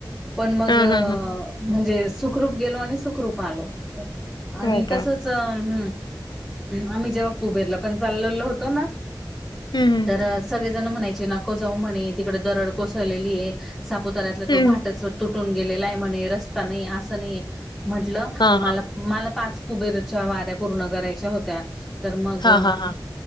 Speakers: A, in the centre; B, on the left.
A: पण मग
B: हां, हां, हां.
A: म्हणजे सुखरूप गेलो आणि सुखरूप आलो. आणि
B: हो का?
A: तसच च हम्म. आम्ही जेव्हा कुबेरला पण चाललेलो होतो ना?
B: हम -हम.
A: तर सगळे जण म्हणायचे नको जाऊ म्हणे तिकडे दरड कोसळलेली आहे. सापुताऱ्यातला
B: हं.
A: तो घाटच तुटून गेलेला आहे म्हणे रस्ता नाही असं नाही म्हटलं.
B: हां,
A: मला
B: हां.
A: मला पाच कुबेराच्या वाऱ्या पूर्ण करायच्या होत्या. तर मग
B: हां, हां, हां.